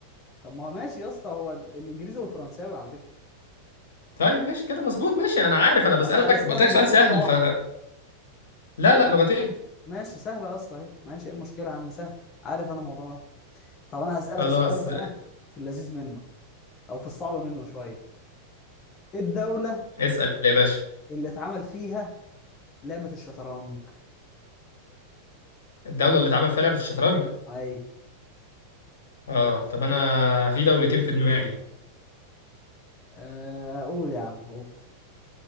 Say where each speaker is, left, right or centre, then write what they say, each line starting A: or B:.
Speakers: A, on the left; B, on the left.
A: طب ما هو ماشي يا اسطى هو ال- الانجليزي والفرنساوي على فكره
B: طيب ماشي كده مظبوط ماشي انا عارف انا بسألك
A: انا انا سمعتك
B: قلت لك سؤال
A: بتقول
B: سهل
A: لغه واحده
B: ف لا لا لغتين
A: ماشي سهلة يا اسطى اهي ماشي ايه المشكلة يا عم سهل عارف انا الموضوع ده طب انا هسالك
B: خلاص
A: سؤال بقى في اللذيذ منه او في الصعب منه شويه ايه الدولة
B: اسأل يا باشا
A: اللي اتعمل فيها لعبة الشطرنج؟
B: الدولة اللي اتعمل فيها لعبة الشطرنج
A: اي
B: اه طب انا في دولتين في دماغي
A: آه، قول يا عم قول